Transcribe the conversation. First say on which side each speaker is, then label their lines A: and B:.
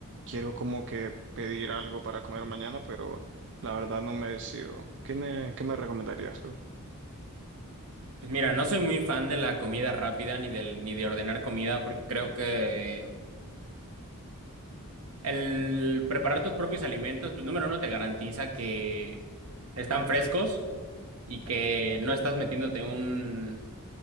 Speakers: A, on the right; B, on the right.
A: quiero como que pedir algo para comer mañana, pero la verdad no me decido. ¿Qué me, qué me recomendarías tú?
B: Pues mira, no soy muy fan de la comida rápida ni del ni de ordenar comida porque creo que el preparar tus propios alimentos, pues número uno te garantiza que están frescos y que no estás metiéndote un